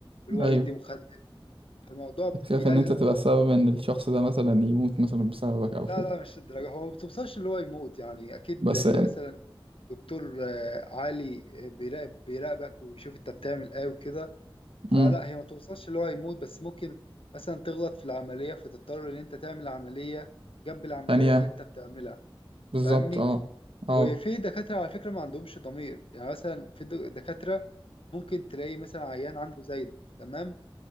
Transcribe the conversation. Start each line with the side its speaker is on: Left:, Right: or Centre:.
Left: واللي هو
Right: ايوه
Left: يدي مخدر الموضوع بيقلق
Right: بتخاف ان انت تبقى سبب ان الشخص ده مثلا يموت مثلا بسببك او كده
Left: لا لا مش الدرجة هو ما بتوصلش اللي هو يموت يعني أكيد
Right: بس
Left: في مثلا دكتور آه، عالي آه، بيراقب بيراقبك ويشوف أنت بتعمل إيه وكده فلا
Right: امم
Left: هي ما بتوصلش اللي هو يموت بس ممكن مثلا تغلط في العملية فتضطر إن أنت تعمل عملية جنب العملية
Right: ثانية
Left: اللي أنت بتعملها
Right: بالظبط
Left: فاهمني؟
Right: اه اه
Left: وفي دكاترة على فكرة ما عندهمش ضمير يعني مثلا في د- دكاترة ممكن تلاقي مثلا عيان عنده زايدة تمام